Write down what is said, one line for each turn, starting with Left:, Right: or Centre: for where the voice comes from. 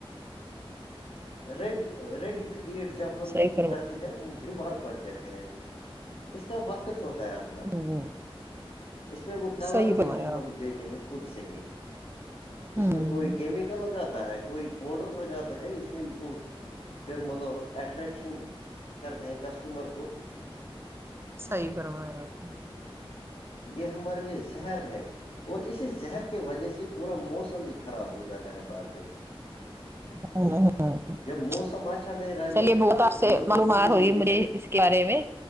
Left: ریڈی ریڈی ٹو ایٹ جب ہم
Right: صحیح
Left: اس
Right: فرمایا
Left: کو کرتے ہیں بھی مر پڑ جاتے ہیں اس کا وقت ہوتا ہے اب نا
Right: ہوں
Left: اس میں وہ کلر
Right: صحیح فرمایا
Left: بھی ہم مطلب
Right: آپ
Left: دیتے ہیں خود سے ہی
Right: ہوں
Left: اس میں کوئی کیمیکل لگاتا ہے کوئی پاؤڈر لگاتا ہے اس میں وہ پھر مطلب اٹریکشن کرتے ہیں کسٹمر کو
Right: صحیح برمایا آپ نے
Left: یہ ہمارے لیے زہر ہے اور اسی زہر کی وجہ سے پورا موسم بھی خراب ہو جاتا ہے بعد میں
Right: <inaudible>
Left: جب موسم اچھا نہیں رہ
Right: چلیے
Left: گیا تو
Right: بہت
Left: پھر
Right: آپ سے
Left: مطلب
Right: م ب
Left: زندگی
Right: مار ہوئی
Left: بھی
Right: مری
Left: اچ
Right: بارے میں